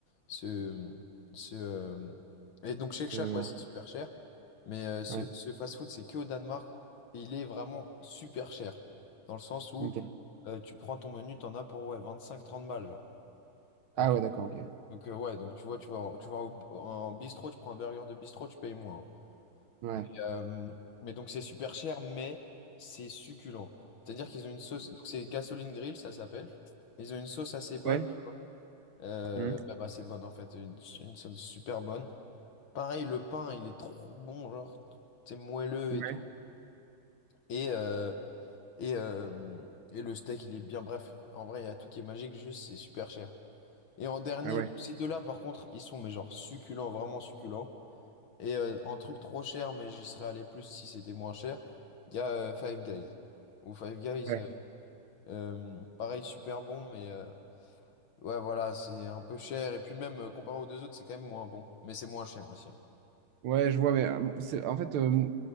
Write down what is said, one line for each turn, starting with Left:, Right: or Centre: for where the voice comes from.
Left: ce, ce, euh, Et donc, Shake Shack,
Right: Euh,
Left: ouais, c'est super cher. Mais euh, ce,
Right: ouais,
Left: ce fast-food, c'est que au Danemark. Et il est vraiment super cher. Dans le sens où
Right: ok.
Left: euh, tu prends ton menu, t'en as pour ouais, 25-30 balles, genre. Donc,
Right: Ah ouais,
Left: euh,
Right: d'accord, ok.
Left: donc euh, ouais, donc tu vois, tu vas, en- tu vas au- en bistrot, tu prends un burger de bistrot, tu payes moins. hein.
Right: Ouais.
Left: Mais, Euh, mais donc c'est super cher, mais c'est succulent. C'est-à-dire qu'ils ont une sauce, donc c'est gasoline grill, ça s'appelle. Ils ont une sauce assez bonne,
Right: Ouais.
Left: tu vois. Euh,
Right: Hmm.
Left: bah, bah, c'est bonne en fait, une, une sauce super bonne. Pareil, le pain, il est trop bon, genre, c'est moelleux
Right: Ouais.
Left: et tout. Et, euh, et, euh, et le steak, il est bien, bref. En vrai, il y a tout qui est magique, juste c'est super cher. Et en dernier,
Right: Ah ouais.
Left: donc, ces deux-là, par contre, ils sont, mais genre, succulents, vraiment succulents. Et euh, en truc trop cher, mais j'y serais allé plus si c'était moins cher, il y a euh, Five Guys. Ou Five Guys,
Right: Ouais.
Left: euh, euh, pareil, super bon, mais euh, ouais, voilà, c'est un peu cher. Et puis même, euh, comparé aux deux autres, c'est quand même moins bon. Mais c'est moins cher aussi. hein.
Right: Ouais, je vois, mais euh, c'est- en fait, euh,